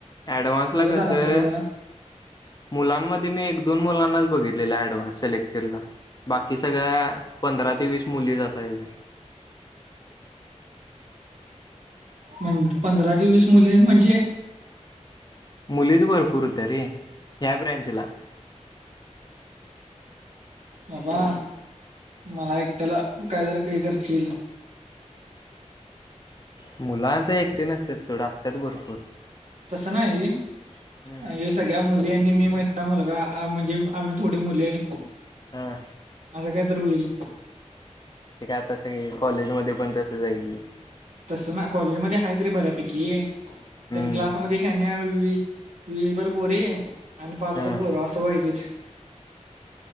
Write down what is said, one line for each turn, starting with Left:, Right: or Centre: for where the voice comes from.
Left: अऍडवन्स
Right: बरं
Left: ला कसं
Right: झालं असतं रे जरा
Left: मुलांमध्ये मी एक दोन मुलांनाच बघितलेला ऍडव्हान्स सलेक्चरला बाकी सगळ्या पंधरा ते वीस मुलीच असायचे
Right: म्हण पंधरा ते वीस मुली म्हणजे
Left: मुलीच भरपूर होत रे ह्या ब्रँचला
Right: बाबा मला एकट्याला कायदर काही कर चिल
Left: मुलांच एकटे नसतात चढ असतात भरपूर
Right: तसं नाही
Left: हम्म
Right: सगळ्या मुलीं आणि मी एक ट् मुलगा आ म्हणज जे आम्ही थोडी मुले असं
Left: हा
Right: काय तर होईल
Left: ते काय आतासं कॉलेजमध्येध्ये पण तसं जाय की
Right: तस ना कॉलेजमध्येध्ये आहेा तरी बऱ्यापैकी
Left: हम्म
Right: पण क्लासमध्ये शान व वीसभर पोरे आणि पाचभर
Left: हा
Right: पोर असं व्हाहिजच